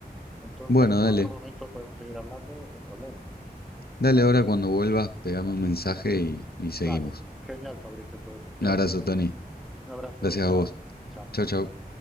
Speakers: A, in the centre; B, on the left.
A: Entonces,
B: Bueno,
A: en
B: dale,
A: otro momento podemos seguir hablando sin problema.
B: dale ahora cuando vuelvas, pegame un mensaje y, y seguimos.
A: Vale, genial, Fabricio. Pues gracias,
B: Un abrazo,
A: ¿eh?
B: Tony.
A: Un abrazo,
B: Gracias
A: chao,
B: a vos.
A: chao.
B: Chau, chau.